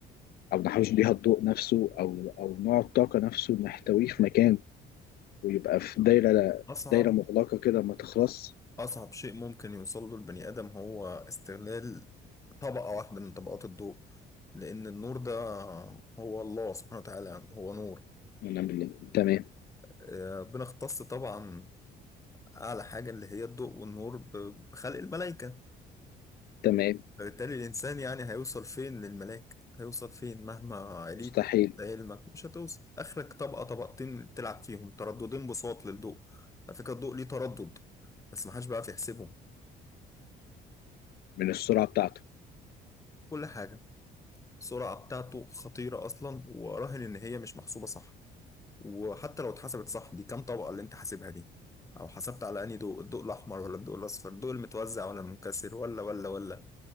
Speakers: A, on the left (about 65°); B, on the left (about 20°).
A: أو نحوش بيها الضوء نفسه أو أو نوع الطاقة نفسه نحتويه في مكان ويبقى في دايرة
B: اصعب
A: دايرة مغلقة كده ما تخلص
B: أصعب شيء ممكن يوصل له البني آدم هو استغلال طبقة واحدة من طبقات الضوء لأن النور ده هو الله سبحانه وتعالى هو نور
A: ونعمل إيه؟ تمام
B: آه، بنختص طبعا أعلى حاجة اللي هي الضوء والنور ب- بخلق الملائكة
A: تمام
B: فبالتالي الإنسان يعني هيوصل فين للملاك هيوصل فين مهما عليت
A: مستحيل
B: بعلمك مش هتوصل آخرك طبقة طبقتين تلعب فيهم ترددين بساط للضوء على فكرة الضوء ليه تردد بس محدش بيعرف يحسبهم
A: من السرعة بتاعته
B: كل حاجة السرعة بتاعته خطيرة أصلا وأراهن إن هي مش محسوبة صح وحتى لو اتحسبت صح دي كام طبقة اللي أنت حاسبها دي أو حسبت على أنهي ضوء الضوء الأحمر ولا الضوء الأصفر الضوء المتوزع ولا المنكسر ولا ولا ولا